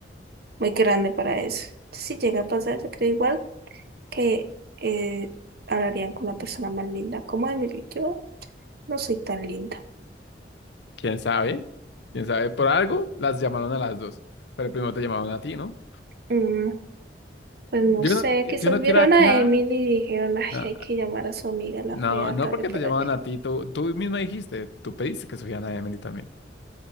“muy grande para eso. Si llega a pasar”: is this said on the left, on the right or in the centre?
Right